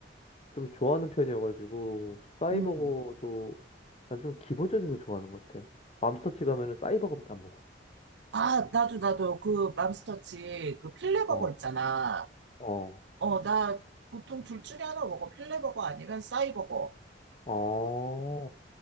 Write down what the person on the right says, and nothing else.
음.
아, 나도, 나도, 그, 맘스터치, 그, 필레버거
있잖아.
어, 나, 보통 둘 중에 하나 먹어. 필레버거 아니면 싸이버거.